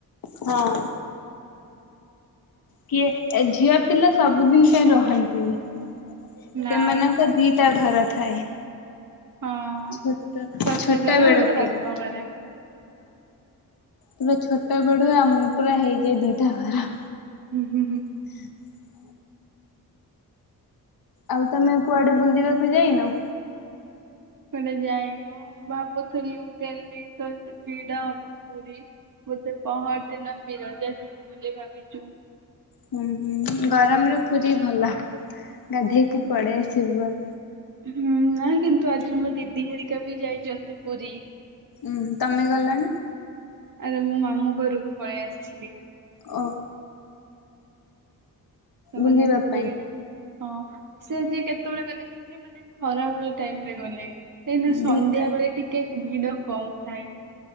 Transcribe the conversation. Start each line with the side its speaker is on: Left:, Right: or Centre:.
Left: ହଁ। କିଏ ଏ ଝିଅ ପିଲା ସବୁଦିନ ପାଇଁ ରହନ୍ତିନି
Right: ନା
Left: ସେମାନ ଦିଟା ଘର ଥାଏ।
Right: ହଁ
Left: ଛୋଟ
Right: ଶାଶୁ
Left: ଛୋଟା
Right: ଘର
Left: ବେଳକୁ
Right: ଗୋଟେ ବାପ
Left: ହଁ।
Right: ଘର।
Left: ପୁରା ଛୋଟ ବେଡୁ ଆ ପୁରା ହେଇଯାଏ ଦିଟା ଖରା।
Right: ହୁଁ ହୁଁ।
Left: <inaudible> ଆଉ ତମେ କୁଆଡେ ବୁଲିବାକୁ ଯାଇନ?
Right: କୁଆଡେ ଯାଇନୁ ଭାବୁଥିଲୁ କାଲି ତ ଭିଡ ହବ ପୁରୀ। ବୋଧେ ପହର ଦିନ ବିରଜା ଯିବୁ ବୋଲି ଭାବିଛୁ।
Left: ହୁଁ ହୁଁ ଗରମରେ ପୁରୀ ଭଲ। ଗାଧେଇକି ପଡେଇ ଆସିବ।
Right: ହୁଁ ନାଇଁ କିନ୍ତୁ ଆଜି ମୋ ଦିଦି ହେରିକା ବି ଯାଇଛନ୍ତି ପୁରୀ।
Left: ଉୁଁ ତମେ ଗଲଣି?
Right: ଆରେ ମୁଁ ମାମୁ ଘରକୁ ପଳେଇ ଆସିଛି।
Left: ଓ।
Right: ସେମାନେ
Left: ବୁଲିବା
Right: ଆଜି ପୁରୀରେ।
Left: ପାଇଁ
Right: ହଁ ସେ ଯିଏ କେତେବେଳେ ଗଲେ କୁହନ ମାନେ ଖରା ବେଳ ଟାଇମ ରେ ଗଲେ। କାହିଁକି ନା ସନ୍ଧ୍ୟା
Left: ଦିଟା
Right: ବେଳେ ଟିକେ ଭିଡ କମ ଥାଏ।